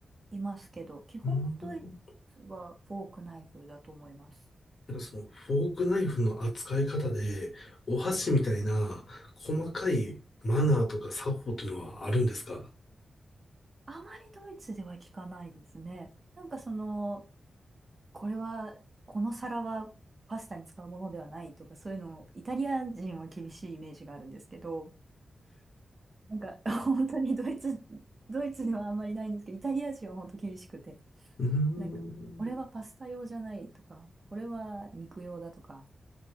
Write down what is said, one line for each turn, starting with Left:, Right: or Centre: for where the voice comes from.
Right: いますけど、基本はドイツはフォークナイフだと思います。
Left: うんなんかそのフォークナイフの扱い方で、お箸みたいな細かいマナーとか作法というのはあるんですか
Right: あまりドイツでは聞かないですね。なんかその、これは、この皿はパスタに使うものではないとか、そういうのを、イタリア人は厳しいイメージがあるんですけど、なんか <laughs> 本当にドイツ、ドイツではあんまりないんですけど、イタリア人は本当厳しくて、
Left: うーん。
Right: なんか、これはパスタ用じゃないとか、これは肉用だとか、